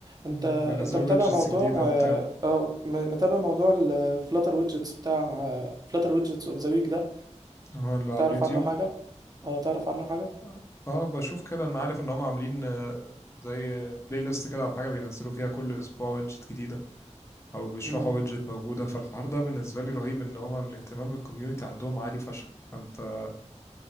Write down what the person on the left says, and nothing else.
مم، وينزلوا
ويدجتس
جديدة وبتاع
اه اللي على
اليوتيوب
اه آه، بشوف كده انا عارف ان هم عاملين آه، زي بلاي ليست كده او حاجة بينزلوا فيها كل اسبوع ويدجت جديدة او بيشرحوا
ويدجت موجودة فالحوار ده بالنسبة لي رهيب ان هم الاهتمام بالكوميونتي عندهم عالي فشخ فانت